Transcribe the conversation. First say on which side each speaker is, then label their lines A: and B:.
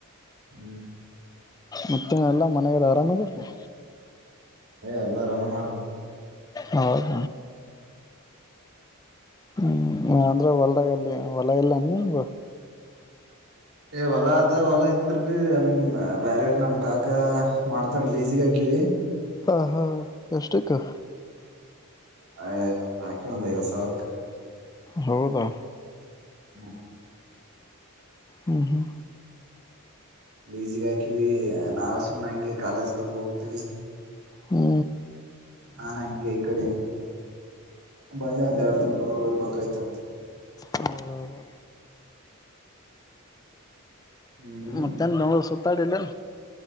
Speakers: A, on the right; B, on the left.
A: ಹ್ಮ್
B: ಮತ್ತ ಎಲ್ಲ ಮನ್ಯಾಗ ಅರಾಮಾದಿರಲ್ಲ
A: ಎಲ್ಲ ಆರಾಮ್ದಾರೋ
B: ಹೌದ ಹ್ಮ್ ಅಂದ್ರೆ ಹೊಲದಾಗಲ್ಲಿ ಹೊಲ ಇಲ್ಲ ಏನು ನಿಮ್ದು
A: ಏ ಹೊಲ ಅದ ಹೊಲ ಇದ್ರಬಿ ಅಂ ಬ್ಯಾರೆರ ನಮ್ ಕಾಕ ಮಾಡ್ತನ್ ಲಿಝಿಗ್ ಹಾಕಿವಿ.
B: ಹಾ ಹಾ ಎಷ್ಟಕ್ಕ.
A: ಎ ಯ ಒಂದ ಹಾಕಿವ ಒಂದ ಐವತ್ತ ಸಾವ್ರಕ್ಕ.
B: ಹೌದಾ.
A: ಹಾ
B: ಹ್ಮ್ ಹ್ಮ್
A: ಲೀಜಿಗ ಹಾಕಿವಿ ಏ ನಾವ ಸುಮ್ನೆಂಗೆ ಕಾಲೇಜ್ಕ ಅದ ಹೋಗ್ತೀವಿ.
B: ಹ್ಞೂ
A: ನಾನ ಹಂಗೆ ಈಕಡೆ ಬಂದೆ ಒಂದ್ ಯಾಡ್ ದಿನ್ ಬೆಂಗಳೂರ್ ಹೋಗಿ ಬಂದ್ರ ಆಯ್ತಂತ.
B: ಹೌದೌದು.
A: ಹ್ಮ್
B: ಮತ್ತೆನ್ ಬೆಂಗಳೂರ್ ಸುತ್ತ ತ್ತಡಿಲ್ಲಾ